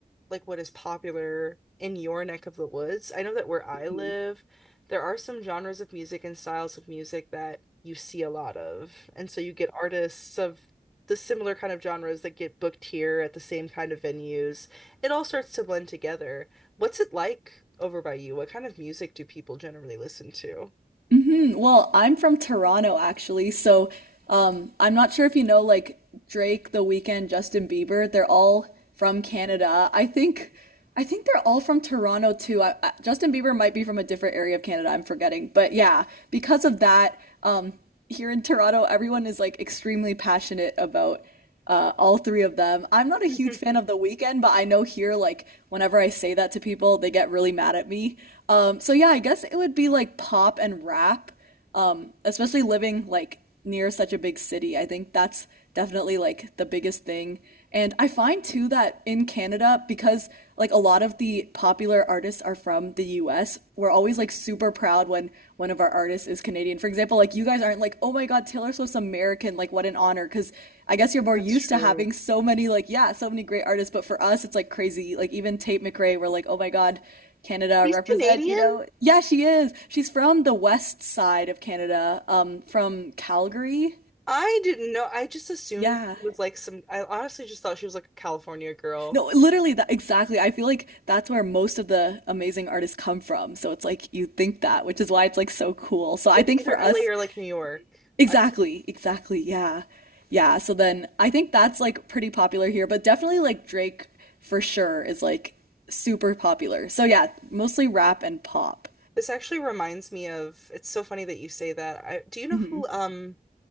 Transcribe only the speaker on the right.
hmm
hmm Well, I'm from Toronto actually, so um, I'm not sure if you know like Drake, The Weeknd, Justin Bieber. They're all from Canada. I think I think they're all from Toronto too. I, I, Justin Bieber might be from a different area of Canada. I'm forgetting, but yeah, because of that, um, here in Toronto, everyone is like extremely passionate about. uh, all three of them. I'm not a
huge fan of The Weeknd, but I know here, like, whenever I say that to people, they get really mad at me. Um, so yeah, I guess it would be like pop and rap, um, especially living like near such a big city. I think that's definitely like the biggest thing. And I find too that in Canada, because like a lot of the popular artists are from the US, we're always like super proud when one of our artists is Canadian. For example, like you guys aren't like, oh my God, Taylor Swift's American. Like, what an honor. Because I guess you're more
used
to having so many, like, yeah, so many great artists. But for us, it's like crazy. Like, even Tate McRae, we're like, oh my God, Canada
represent,
you know? Yeah, she is. She's from the west side of Canada, um, from Calgary.
Yeah.
No, literally that exactly. I feel like that's where most of the amazing artists come from. So it's like you think that, which is why it's like so cool. So I
think
for
us,
Exactly,
exactly. Yeah. Yeah. So then I think that's like pretty popular here, but definitely like Drake for sure is like super popular. So yeah, mostly rap and pop.
hmm